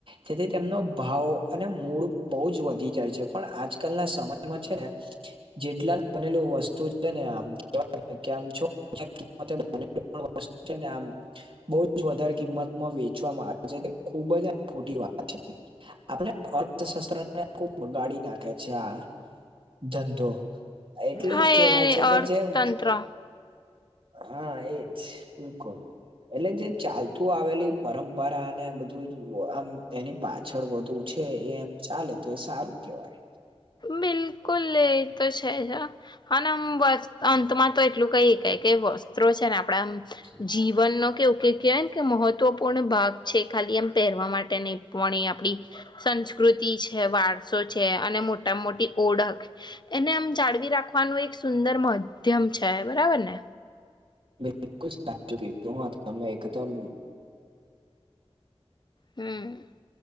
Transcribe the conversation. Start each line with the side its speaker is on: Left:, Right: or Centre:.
Right: જેથી તેમનો ભાવ અને મૂળ બહુ જ વધી જાય છે. પણ આજકાલના સમયમાં છે ને જેટલા બનેલું વસ્તુ છે ને <inaudible> કિંમતે <inaudible> છે ને આમ બો જ વધારે કિંમતમાં વેચવામાં આવે છે તે ખૂબ જ આ ખોટી વાત છે. આપડા અર્થશાસ્ત્ર ને ખુબ બગાડી નાખે છે આ. ધંધો એટલે
Left: હા
Right: જ કેવાય
Left: એ
Right: છે કે
Left: અર્થતંત્ર
Right: જે ઉચ હા એજ બિલકુલ. એટલે જે ચાલતું આવેલી પરંપરા અને બધું આમ એની પાછળ વધુ છે એ એમ ચાલે તો એ સારું કેવાય.
Left: બિલકુલ એ તો છે જ હા અને આમ <unintelligible> અંતમાં તો એટલું કય હકાય કે વસ્ત્રો છે ને આપણા આમ
Right: <unintelligible>
Left: જીવનનો કેવું કે કેવાય ને કે મહત્વપૂર્ણ ભાગ છે ખાલી એમ પહેરવા માટે નય પણ એ આપડી સંસ્કૃતિ છે, વારસો છે અને મોટા માં મોટી ઓળખ એને આમ જાળવી રાખવાનું એક સુંદર માધ્યમ છે બરાબર ને.
Right: બિલકુલ સાચું કીધું તમેં એકદમ
Left: હમમ.